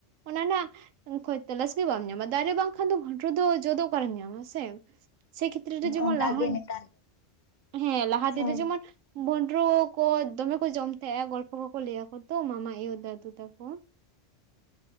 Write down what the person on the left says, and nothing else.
ᱚᱱᱠᱟ
ᱜᱮ ᱱᱮᱛᱟᱨ ᱫᱚ᱾
ᱦᱮᱸ
<inaudible>